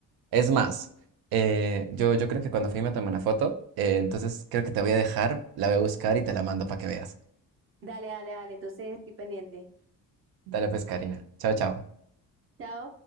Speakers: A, on the right; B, on the right.
A: Es más, eh, yo, yo creo que cuando fui me tomé una foto, eh, entonces creo que te voy a dejar, la voy a buscar y te la mando para que veas.
B: Dale, dale, dale. Entonces estoy pendiente.
A: Dale pues, Karina. Chao, chao.
B: Chao.